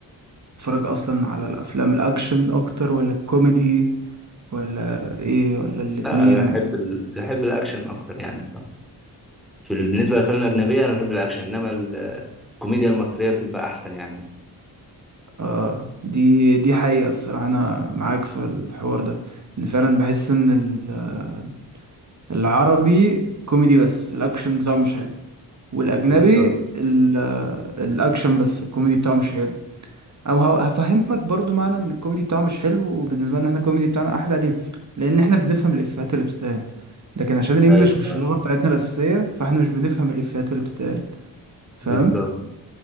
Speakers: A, on the right; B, in the centre.
A: بتتفرج اصلا على الافلام الاكشن اكتر ولا الكوميدي ولا ايه ولا الاتنين
B: لا أنا بحب ال... بحب الأكشن أكتر يعني الصراحة في ال- بالنسبة للأفلام الأجنبية أنا بحب الأكشن إنما ال- الكوميديا المصرية بتبقى أحسن يعني
A: اه دي دي حقيقة الصراحة انا معاك في الحوار ده ان فعلا بحس ان ال- العربي كوميدي بس الاكشن بتاعه مش حلو والاجنبي
B: بالظبط
A: ال- الاكشن بس الكوميدي بتاعه مش حلو او هو- هفهمك برضو معنى ان الكوميدي بتاعه مش حلو وبالنسبه لنا احنا الكوميدي بتاعنا احلى ليه لان احنا بنفهم الافيهات اللي بتتقال لكن عشان الانجليش
B: أيوه
A: مش اللغه بتاعتنا الاساسيه فاحنا مش بنفهم الافيهات اللي بتتقال فاهم
B: بالظبط